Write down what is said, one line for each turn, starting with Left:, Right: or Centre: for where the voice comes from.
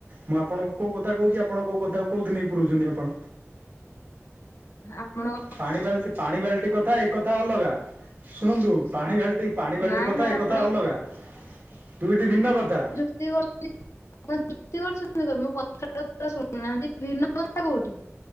Right: ମୁଁ ଆପଣଙ୍କୁ କୋଉ କଥା କହୁଛି ଆପଣ କେଉଁ କଥାକୁ କୋଉଠି ନେଇ ପୁରଉଛନ୍ତି। ଆପଣ
Left: ଆପଣ
Right: ପାଣି ବାଲ୍ଟି ପାଣି ବାଲ୍ଟି କଥା ଏକଥା ଅଲଗା। ଶୁଣନ୍ତୁ ପାଣି ବାଲଟି ପାଣି ବାଲ୍ଟି
Left: ନାଇଁ
Right: କଥା
Left: ନାଇଁ
Right: ଏକଥା
Left: ଆପଣ
Right: ଅଲଗା। ଦୁଇଟି ଭିନ୍ନ କଥା।
Left: <unintelligible> <unintelligible> କଥାଟା ପୁରା ଶୁଣୁନାହାନ୍ତି ଭିନ୍ନ କଥା କୋଉଠି।